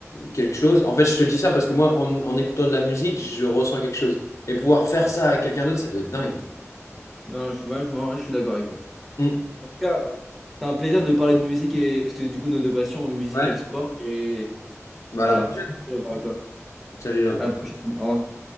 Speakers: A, on the left; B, in the centre.
A: quelque chose. En fait, je te dis ça parce que moi, en en écoutant de la musique, je ressens quelque chose. Et pouvoir faire ça à quelqu'un d'autre, ça doit être dingue.
B: non, je, ouais, je- en vrai, je suis d'accord avec toi.
A: Mm.
B: En tout cas, c'était un plaisir de parler de musique et. Parce que du coup, nos deux passions, musique
A: Ouais.
B: et le sport. Et
A: Bah,
B: voilà,
A: à la prochaine.
B: c'était un plaisir de parler avec toi.
A: Salut, Léon.
B: À la prochaine. Au revoir.